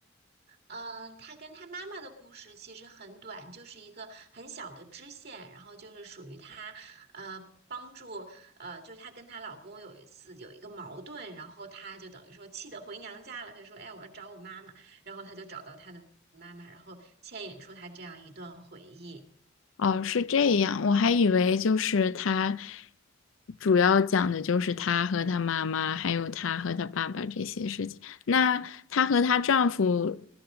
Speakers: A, on the right; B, on the left.
A: 嗯，她跟她妈妈的故事其实很短，就是一个很小的支线，然后就是属于她，呃，帮助，呃，就她跟她老公有一次有一个矛盾，然后她就等于说气得回娘家了，她说，哎，我要找我妈妈，然后她就找到她的妈妈，然后牵引出她这样一段回忆。
B: 哦，是这样，我还以为就是他主要讲的就是他和他妈妈，还有他和他爸爸这些事情。那她和她丈夫